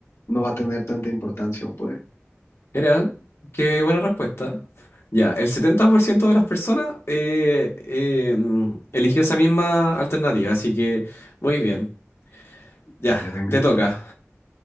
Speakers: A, on the left (about 80°); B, on the left (about 60°).
A: no va a tener tanta importancia o poder.
B: Mira, qué buena respuesta. Ya, el 70% de las personas eh, eh, mm, eligió esa misma alternativa, así que muy bien. Ya,
A: Vale, venga.
B: te toca.